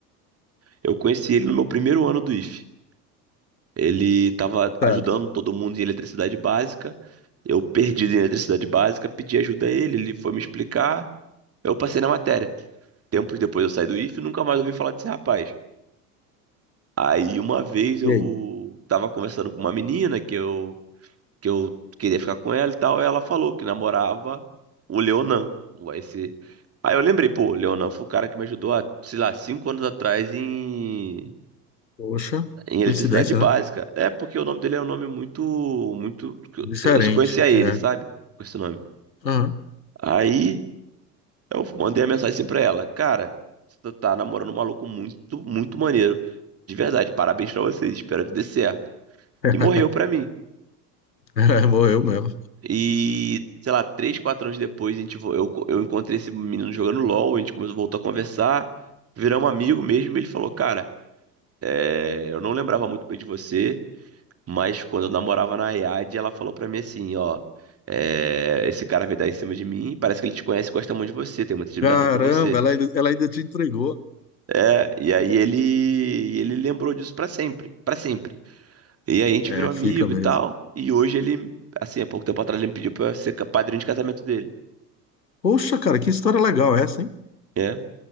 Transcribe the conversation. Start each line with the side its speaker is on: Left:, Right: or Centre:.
Right: Eu conheci ele no meu primeiro ano do IF. Ele estava
Left: certo.
Right: ajudando todo mundo em eletricidade básica. Eu perdi em eletricidade básica, pedi ajuda a ele, ele foi me explicar. Eu passei na matéria. Tempos depois eu saí do IF e nunca mais ouvi falar desse rapaz. Aí uma vez eu
Left: E aí?
Right: tava conversando com uma menina que eu que eu queria ficar com ela e tal. Ela falou que namorava o Leonan, o AEC. Aí eu lembrei, pô, o Leonan foi o cara que me ajudou há, sei lá, cinco anos atrás em,
Left: Poxa,
Right: em eletricidade
Left: coincidência,
Right: básica.
Left: né?
Right: É porque o nome dele é um nome muito, muito.
Left: Diferente,
Right: Eu só conhecia ele,
Left: é.
Right: sabe? Com esse nome.
Left: Aham.
Right: Aí eu mandei a mensagem assim pra ela, cara, você tá tá namorando um maluco muito, muito maneiro. De verdade, parabéns pra vocês, espero que dê certo.
Left: <laughs>
Right: E morreu pra mim.
Left: É, morreu mesmo.
Right: E, sei lá, três, quatro anos depois, a gente, vo- eu, co- eu encontrei esse menino jogando LOL, a gente começou, voltou a conversar, viramos amigo mesmo, e ele falou, cara, é, eu não lembrava muito bem de você, mas quando eu namorava na IAD, ela falou pra mim assim, ó, é, esse cara veio dar em cima de mim, parece que ele te conhece e gosta muito de você, tem muita admiração
Left: Caramba,
Right: por você.
Left: ela ainda, ela ainda te entregou.
Right: É, e aí ele, ele lembrou disso pra sempre, pra sempre. E aí a gente
Left: É,
Right: virou amigo
Left: fica mesmo.
Right: e tal, e hoje ele, assim, há pouco tempo atrás, ele me pediu pra eu ser ca- padrinho de casamento dele.
Left: Poxa, cara, que história legal essa, hein?
Right: É.